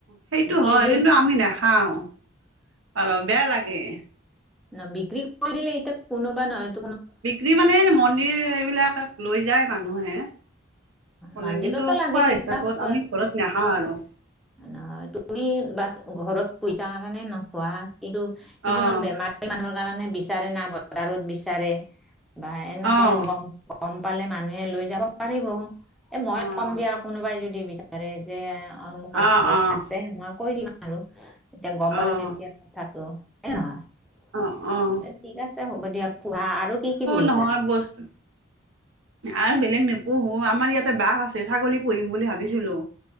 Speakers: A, on the right; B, in the centre.
A: সেইটো
B: কেইযোৰ
A: হয় কিন্তু আমি নেখাও। পাৰ বেয়া লাগে।
B: না বিক্ৰী কৰিলে ইতিয়া কোনোবা নহয়
A: বিক্ৰী মানে মন্দিৰ এইবিলাক লৈ যায় মানুহে। কলে
B: মন্দিৰতো
A: কিন্তু
B: লাগে
A: খোৱাৰ
B: সেইবিলাক
A: হিচাপত আমি ঘৰত নেখাও আৰু।
B: নহয় তুমি বাট ঘৰত পইচা কাৰণে নোখোৱা কিন্তু কিছুমান
A: অ',
B: বেমাৰী মানুহৰ কাৰণে বি চাৰে না বজাৰত বিচাৰে বা এনেকে
A: অ'।
B: গ -গম পালে মানুহে লৈ যাব পাৰিব, এ মই
A: অ',
B: কম দিয়া কোনোবাই যদি বিচাৰে যে অমোকৰ
A: অ',
B: ঘৰত
A: অ',
B: আছে মই কৈ দিম আৰু এতিয়া গম
A: অ',
B: পালো যেতিয়া কথাটো। এৰা।
A: অ', অ'।
B: ঠিক আছে হ'ব দিয়া পোহা আৰু কি কি পুহিবা?
A: নহয় বস্তু আৰু বেলেগ নোপোহো, আমাৰ ইয়াতে বাঘ আছে, ছাগলী পুহিম বুলি ভাবিছিলো।